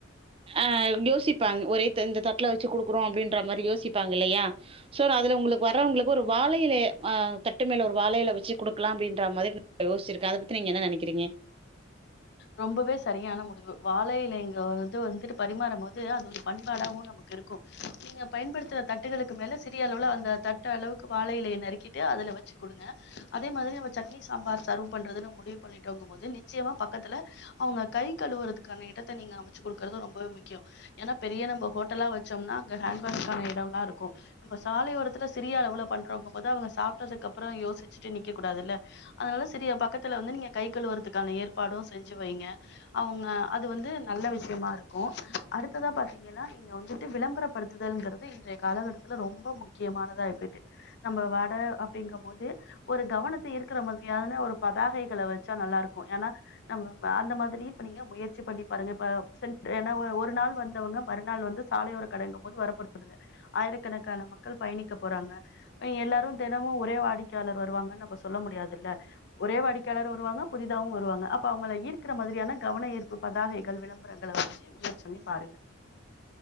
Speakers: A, on the right; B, on the left.
A: ஆ யோசிப்பாங்க ஒரே த இந்த தட்ல வச்சு குடுக்குறோ அப்டின்ற மாரி யோசிப்பாங்க இல்லையா சோ அதுல உங்களுக்கு வரவங்களுக்கு ஒரு வாழை இலை அ தட்டு மேல ஒரு வாழையில வச்சு குடுக்கலா அப்டின்ற மாரி யோச்சிரு க்கே அத பத்தி நீங்க என்ன நெனக்கிறீங்க
B: ரொம்பவே சரியான முடிவு வாழை இலையில வந்து வந்துட்டு பரிமாறும் போது அது ஒரு பண்பாடாவு நமக்கு இருக்கு நீங்க பயன்படுத்துற தட்டுகளுக்கு மேல சிறிய அளவுல அந்த தட்டு அளவுக்கு வாழயிலைய நறுக்கிட்டு அதல வச்சு குடுங்க அதே மாதிரி நம்ம சட்னி சாம்பார் சர்வ் பண்றதுனு முடிவு பண்ணிடோங்கும் போது நிச்சயமா பக்கத்துல அவுங்க கை கழுவுறதுக்கான இடத்த நீங்க அமச்சு குடுக்கறது ரொம்பவே முக்கியம் ஏன்னா பெரிய நம்ம ஹோட்டல்லா வச்சோம்னா அங்க ஹேண்ட் வாஷ்கான இடம்லா இருக்கு இப்ப சாலையோரத்துல சிறிய அளவுல பண்றோங்க போது அவுங்க சாப்ட்டதுக்கு அப்றோ யோசிச்சுட்டு நிக்க கூடாதுல்ல அதுனால செரி பக்கத்துல வந்து நீங்க கை கழுவறதுக்கான ஏற்பாடு செஞ்சு வைங்க அவுங்க அது வந்து நல்ல விஷயமா இருக்கு அடுத்ததா பாத் ஏன்னா இங்க வந்துட்டு விளம்பரப்படுத்துதல்ங்கிறது இன்றைய காலகட்டத்தில ரொம்ப முக்கியமானதா இருக்கு நம்ப வட அப்டிங்கும் போது ஒரு கவனத்த ஈர்க்கிற மாதிரியான ஒரு பதாகைகள வச்சா நல்லா இருக்கு ஏன்னா அந்த மாதிரி இப்ப நீங்க முயற்சி பண்ணி பாருங்க இப்ப சென்ட் ஏன்னா ஒரு நாள் வந்தவங்க மறுநாள் வந்து சாலையோர கடைக போது வரப்போறது இல்ல ஆயிரக்கணக்கான மக்கள் பயணிக்க போறாங்க எல்லாரு தினமு ஒரே வாடிக்கையாளர் வருவாங்கன்னு நம்ம சொல்ல முடியாது இல்ல ஒரே வாடிக்கையாளரு வருவாங்க புதிதாவு வருவாங்க அப் ப அவுங்கள ஈர்க்கிற மாதிரியான கவுன ஈர்ப்பு பதாகைகள் விளம்பரங்கள வச்சி முயற்சி பண்ணி பாருங்க